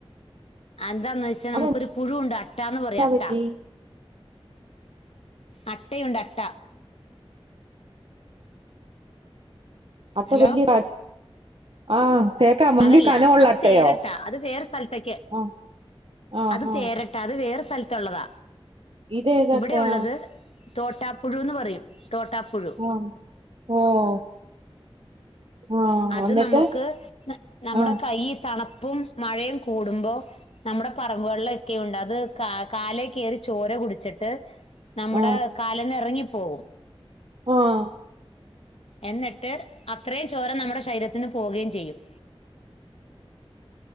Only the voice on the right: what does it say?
അതെന്നാ
പറ്റി
അട്ട
വല്യ താണ്. ആഹ് കേക്കാം വല്ല്യ
കനഒള്ള
അ ട്ടയോ
ആഹ് ആഹ്
ആഹ്
ഇതേത്
അട്ടയാ
ആഹ് ഓഹ് ആഹ്
എന്നിട്ട്
ആഹ്
ആഹ്
ആഹ്